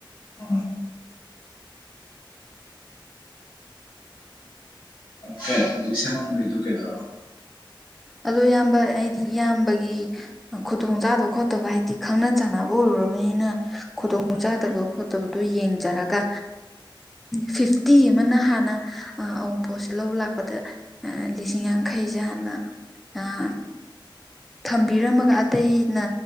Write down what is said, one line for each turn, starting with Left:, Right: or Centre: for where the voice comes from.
Left: ꯑ, ꯀ ꯍꯧꯖꯤꯛ ꯁꯦꯃꯟꯕꯩꯗꯨ ꯀꯩꯗꯧꯔꯕ꯫
Centre: ꯑꯗꯣ ꯏꯌꯥꯝꯕ ꯑꯩꯗꯤ ꯏꯌꯥꯝꯕꯒꯤ ꯈꯨꯗꯣꯡ ꯆꯥꯗꯕ ꯈꯣꯠꯇꯕ ꯍꯥꯏꯗꯤ ꯈꯪꯅ ꯆꯥꯟꯅꯕ ꯑꯣꯏꯔꯨꯔꯕꯅꯤꯅ ꯈꯨꯗꯣꯡꯆꯥꯥꯗꯕ ꯈꯣꯠꯇꯕꯗꯣ ꯌꯦꯡꯖꯔꯒ ꯐꯤꯐꯇꯤ ꯑꯃꯅ ꯍꯥꯟꯅ ꯑ ꯑꯎꯅꯄꯣꯠꯁꯦ ꯂꯧꯕ ꯂꯥꯛꯄꯗ ꯂꯤꯁꯤꯡ ꯌꯥꯡꯈꯩꯁꯦ ꯍꯥꯟꯅ ꯑꯥ ꯊꯝꯕꯤꯔꯝꯃꯒ ꯑꯇꯩꯅ